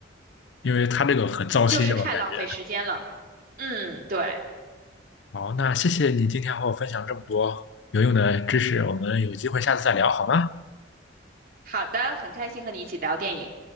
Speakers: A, on the left; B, on the right.
A: 因为它这个很糟心，
B: 就是太浪费时间了。
A: 我感觉。
B: 嗯，对，
A: 好，那谢谢你今天和我分享这么多有用的知识，我们有机会下次再聊好吗？
B: 好的，很开心和你一起聊电影。